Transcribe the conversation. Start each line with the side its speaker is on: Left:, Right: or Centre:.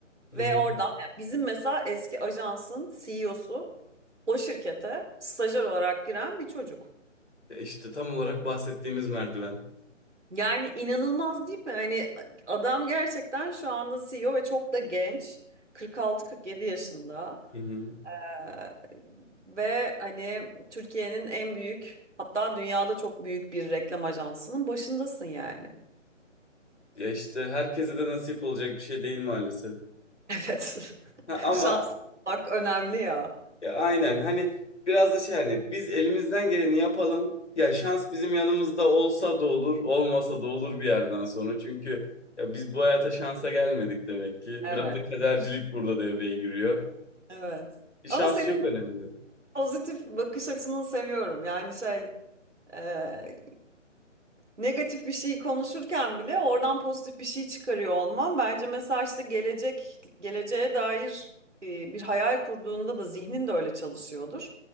Right: Ve
Left: Hı hı.
Right: oradan yani bizim mesela eski ajansın CEO'su o şirkete stajyer olarak giren bir çocuk.
Left: Ya işte tam olarak bahsettiğimiz merdiven.
Right: Yani inanılmaz değil mi? Hani adam gerçekten şu anda CEO ve çok da genç. 46-47 yaşında.
Left: Hı hı.
Right: Ee, ve hani Türkiye'nin en büyük hatta dünyada çok büyük bir reklam ajansının başındasın yani.
Left: Ya işte herkese de nasip olacak bir şey değil maalesef.
Right: <laughs> Evet.
Left: Ha, ama
Right: Şanslı olmak önemli ya.
Left: Ya aynen hani biraz da şey hani biz elimizden geleni yapalım. Ya şans bizim yanımızda olsa da olur, olmasa da olur bir yerden sonra. Çünkü ya biz bu hayata şansa gelmedik demek ki.
Right: Evet,
Left: Biraz da kadercilik burada devreye giriyor.
Right: evet.
Left: E, Şans
Right: Ama senin
Left: çok
Right: bu
Left: önemli.
Right: pozitif bakış açını seviyorum. Yani şey, e, negatif bir şeyi konuşurken bile oradan pozitif bir şey çıkarıyor olman. Bence mesela işte gelecek, geleceğe dair e, bir hayal kurduğunda da zihnin de öyle çalışıyordur.